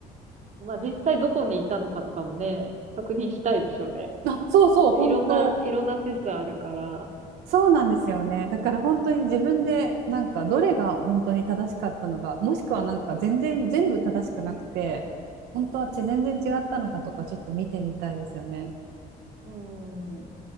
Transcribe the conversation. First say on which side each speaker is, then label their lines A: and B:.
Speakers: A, on the right; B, on the right.
A: まあ、実際どこにいたのかとかもね、確認したいでしょうね。
B: あ、そうそう、本当。
A: いろんな、いろんな説あるから、
B: そうなんですよね。だから本当に自分でなんかどれが本当に正しかったのか、もしくはなんか全然全部正しくなくて、本当はち全然違ったのかとかちょっと見てみたいですよね。
A: うん。